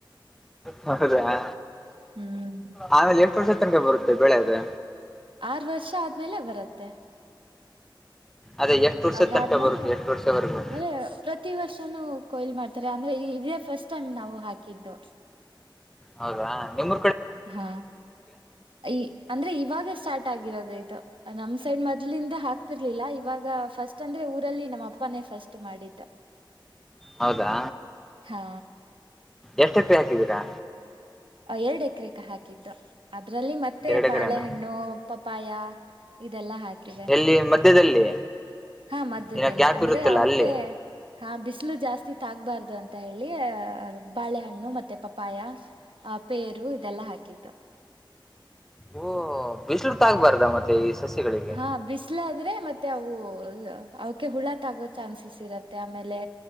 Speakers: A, in the centre; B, on the right.
A: ಮಾಡಿದ್ಯಾ
B: ಹ್ಮ್
A: ಆಮೇಲೆ ಎಷ್ಟು ವರ್ಷ ತನಕ ಬರುತ್ತೆ ಬೆಳೆ ಅದು
B: ಆರು ವರ್ಷ ಆದ್ಮೇಲೆ ಬರುತ್ತೆ
A: ಅದೇ ಎಷ್ಟು ವರ್ಷ
B: ಅದಾದ್ಮೇಲೆ
A: ತನಕ ಬರುದು ಎಷ್ಟು ವರ್ಷವರೆಗೂ
B: ಅಂದ್ರೆ ಪ್ರತಿ ವರ್ಷನುೂ ಕೊಯ್ಲ್ ಮಾಡ್ತಾರೆ ಅಂದ್ರೆ ಈ ಇದೇ ಫಸ್ಟ್ ಟೈಮ್ ನಾವು ಹಾಕಿದ್ದು
A: ಹೌದಾ ನಿಮ್ಮ
B: ಹಾ ಈ ಅಂದ್ರೆ ಇವಾಗ ಸ್ಟಾರ್ಟ್ ಆಗಿರೋದು ಇದು ನಮ್ ಸೈಡ್ ಮೊದ್ಲಿಂದ ಹಾಕ್ತಿರ್ಲಿಲ್ಲ ಇವಾಗ ಫಸ್ಟ್ ಅಂದ್ರೆ ಊರಲ್ಲಿ ನಮ್ಮ ಅಪ್ಪನೇ ಫಸ್ಟ್ ಮಾಡಿದ್ದ
A: ಹೌದಾ
B: ಹಾ
A: ಎಷ್ಟಪ್ಪಿ ಹಾಕಿದ್ದೀರಾ
B: ಎರಡು ಎಕರೆಕ ಹಾಕಿದ್ದು ಅದ್ರಲ್ಲಿ ಮತ್ತೆ
A: ಎರಡು ಎಕರೆನಾ
B: ಬಾಳೆಹಣ್ಣು ಪಪ್ಪಾಯ ಇದೆಲ್ಲಾ ಹಾಕಿ
A: ಎಲ್ಲಿ ಮಧ್ಯದಲ್ಲಿ
B: ಹಾ ಮಧ್ಯದಲ್ಲಿ
A: ದಿನ ಗ್ಯಾಪ್
B: ಅಂದ್ರೆ
A: ಇರುತ್ತಲ್ಲ
B: ಅವಕ
A: ಅಲ್ಲಿ
B: ಹಾ ಬಿಸಿಲು ಜಾಸ್ತಿ ತಾಗಬಾರ್ದು ಅಂತ ಹೇಳಿ ಬಾಳೆಹಣ್ಣು ಮತ್ತೆ ಪಪಾಯ ಆ ಪೇರು ಇದೆಲ್ಲಾ ಹಾಕಿದ್ದು
A: ಓ ಬಿಸಿ್ಲು ತಾಆಗ್ಬಾರ್ದ ಮತ್ತೆ ಈ ಸಸಿಗಳಿಗೆ
B: ಹಾ ಬಿಸ ಇಲ ಆದ್ರೆ ಮತ್ತೆ ಅವು ಅವಕ ಹುಳಾತ್ ಆಗೋ ಚಾನ್ಸಸ್ ಇರತ್ತೆ ಆಮೇಲೆ